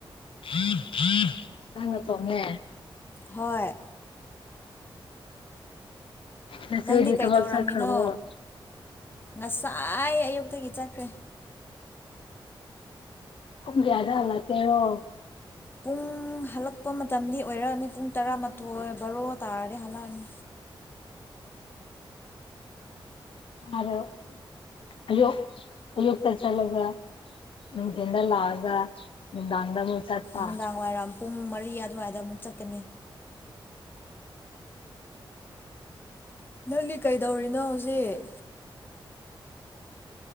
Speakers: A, on the left (about 75°); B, on the left (about 25°).
A: <unintelligible> ꯅꯪꯅ ꯊꯣꯉꯦ
B: ꯍꯣꯏ
A: ꯅꯆꯦꯗꯤ
B: ꯅꯪꯗꯤ ꯀꯩꯗꯧꯔꯝꯃꯤꯅꯣ
A: ꯊꯕꯛ ꯆꯠꯈ꯭ꯔꯕꯣ
B: ꯉꯁꯥꯏ ꯑꯌꯨꯛꯇꯒꯤ ꯆꯠꯈ꯭ꯔꯦ
A: ꯄꯨꯡ ꯀꯌꯥꯗ ꯍꯜꯂꯛꯀꯦꯔꯣ
B: ꯄꯨꯡ ꯍꯜꯂꯛꯄ ꯃꯇꯝꯗꯤ ꯑꯣꯏꯔꯛꯑꯅꯤ ꯄꯨꯡ ꯇꯔꯥꯃꯥꯊꯣꯏ ꯕꯥꯔꯣ ꯇꯥꯔꯗꯤ ꯍꯜꯂꯛꯑꯅꯤ
A: ꯑꯔꯣ ꯑꯌꯨꯛ ꯑꯌꯨꯛꯇꯥ ꯆꯠꯂꯒ ꯅꯨꯡꯊꯤꯟꯗ ꯂꯥꯛꯑꯒ ꯅꯨꯡꯗꯥꯡꯗ ꯑꯃꯨꯛ ‌ꯆꯠꯄꯥ
B: ꯅꯨꯡꯗꯥꯡ ꯋꯥꯏꯔꯝ ꯄꯨꯡ ꯃꯔꯤ ꯑꯗꯨꯋꯥꯏꯗ ꯑꯃꯨꯛ ꯆꯠꯀꯅꯤ ꯅꯪꯗꯤ ꯀꯩꯗꯧꯔꯤꯅꯣ ꯍꯧꯖꯤꯛ